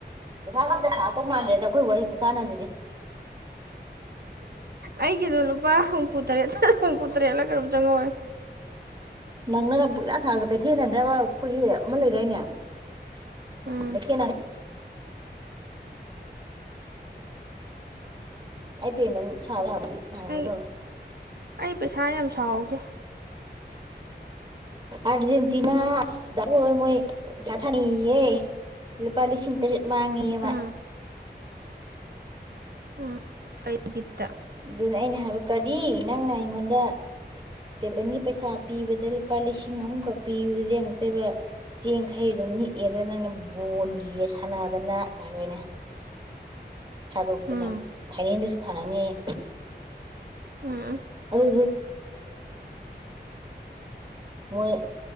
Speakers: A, on the right (about 25°); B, on the right (about 60°).
A: ꯄꯩꯁꯥꯒ ꯑꯝꯇ ꯁꯥꯛꯇꯧ ꯃꯥꯟꯗ꯭ꯔꯦꯗ ꯑꯩꯈꯣꯏ ꯋꯥꯔꯤ ꯈꯨꯁꯥꯟꯅꯁꯤꯗꯤ
B: ꯑꯩꯒꯤꯗꯣ ꯂꯨꯄꯥ ꯍꯨꯝꯐꯨꯇꯔꯦꯠꯇ ꯍꯨꯝꯐꯨꯇꯔꯦꯠꯂ ꯀꯩꯅꯣꯝ ꯆꯪꯍꯧꯔꯦ
A: ꯅꯪꯅꯅ ꯄꯨꯔꯥ ꯁꯥꯕꯗꯣ ꯀꯩꯊꯦꯟ ꯅꯪꯅꯕ ꯈꯣꯏꯒꯤ ꯑꯃ ꯂꯩꯗꯥꯢꯅꯦ <unintelligible>
B: ꯎꯝ
A: ꯀꯩꯊꯦꯟ ꯅꯪ ꯑꯩ ꯄꯦꯃꯦꯟ ꯁꯥꯕ ꯌꯥꯕꯒꯤ <unintelligible>
B: ꯑꯁ ꯑꯩ ꯑꯩ ꯄꯩꯁꯥ ꯌꯥꯝ ꯁꯥꯍꯧꯗꯦ
A: ꯑꯔꯖꯦꯟꯇꯤꯅꯥ <unintelligible> ꯃꯣꯢ ꯄꯩꯁꯥ ꯊꯅꯩꯌꯦꯌꯦ ꯂꯨꯄꯥ ꯂꯤꯁꯤꯡ ꯇꯔꯦꯠ ꯃꯥꯡꯉꯦꯌꯦ ꯃꯥ
B: ꯎꯝ ꯎꯞ ꯀꯩ ꯕꯤꯠꯇ
A: ꯑꯗꯨꯅ ꯑꯩꯅ ꯍꯥꯏꯕ ꯀꯔꯤ ꯅꯪꯅ ꯑꯩꯉꯣꯟꯗ ꯇꯦꯕꯟꯒꯤ ꯄꯩꯁꯥ ꯄꯤꯕꯗ ꯂꯨꯄꯥ ꯂꯤꯁꯤꯡ ꯑꯍꯨꯝꯈꯛ ꯄꯤꯕꯗꯨꯗꯤ ꯑꯃꯨꯛꯇꯣꯢꯕ ꯆꯦꯡꯈꯩ ꯒꯨꯝ ꯅꯤꯛꯑꯦ ꯑꯗ ꯅꯪꯅ ꯕꯣꯟꯒꯤꯒ ꯁꯥꯟꯅꯗꯅ ꯍꯥꯏꯕ ꯑꯩꯅ ꯊꯥꯗꯣꯛꯇꯅ
B: ꯎꯝ
A: ꯐꯥꯏꯅꯦꯜꯗꯁꯨ ꯊꯥꯅꯅꯤꯌꯦ
B: ꯎꯝ
A: <unintelligible> ꯃꯣꯏ